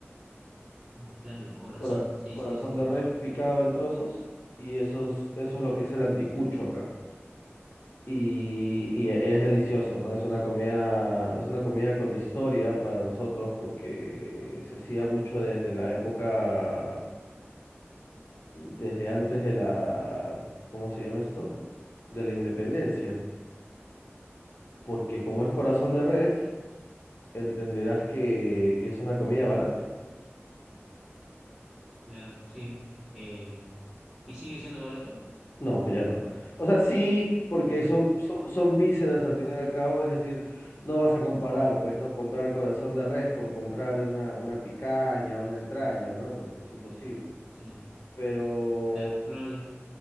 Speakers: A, in the centre; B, on the left.
A: Ah, claro, el corazón,
B: Cora-
A: sí,
B: corazón
A: sí, sí, sí.
B: de res picado en trozos y eso es, eso es lo
A: Sí,
B: que es el anticucho acá. Y, y e- es delicioso, ¿no? Es una comida, es una comida con historia para nosotros porque se hacía mucho desde la época, desde antes de la, ¿cómo se llama esto? De la independencia. porque como es corazón
A: mirá
B: de
A: vos,
B: res, entenderás que, que es una comida barata.
A: claro, sí. Eh, ¿y sigue siendo barato?
B: No, ya no. O sea, sí, porque son, son, son vísceras al fin y al cabo, es decir, no vas a comparar,
A: Ujú,
B: pues, ¿no? Comprar corazón de res con comprar una, una picaña, una entraña, ¿no? Es, es imposible.
A: Claro, sí,
B: Pero,
A: claro. No,